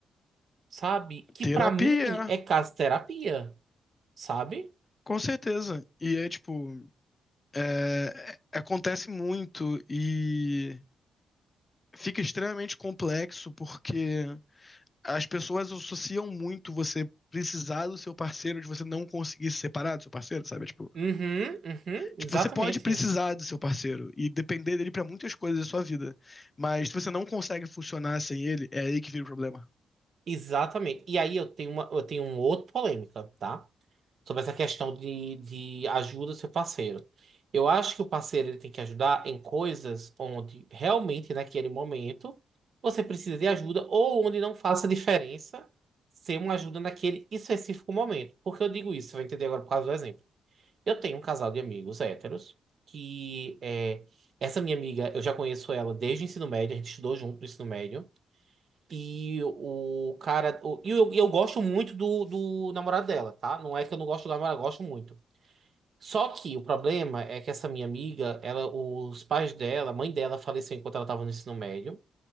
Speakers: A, on the right (about 50°); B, on the left (about 20°).
A: sabe? Que
B: Terapia,
A: pra mim é caso terapia, sabe?
B: com certeza. E é tipo, é, é- acontece muito e fica extremamente complexo porque as pessoas associam muito você precisar do seu parceiro de você não conseguir se separar do seu parceiro, sabe? É, Tipo,
A: Uhum, uhum,
B: Tipo,
A: exatamente.
B: você pode precisar do seu parceiro e depender dele pra muitas coisas da sua vida. Mas se você não consegue funcionar sem ele, é aí que vira o problema.
A: Exatamente. E aí eu tenho uma, eu tenho uma outra polêmica, tá? sobre essa questão de, de ajuda seu parceiro. Eu acho que o parceiro ele tem que ajudar em coisas onde realmente naquele momento você precisa de ajuda ou onde não faça diferença ser uma ajuda naquele específico momento. Por que eu digo isso? Você vai entender agora por causa do exemplo. Eu tenho um casal de amigos héteros que é, essa minha amiga, eu já conheço ela desde o ensino médio, a gente estudou junto no ensino médio. E o cara. o- E eu, eu gosto muito do, do namorado dela, tá? Não é que eu não gosto do namorado, eu gosto muito. Só que o problema é que essa minha amiga, ela, os pais dela, a mãe dela faleceu enquanto ela estava no ensino médio.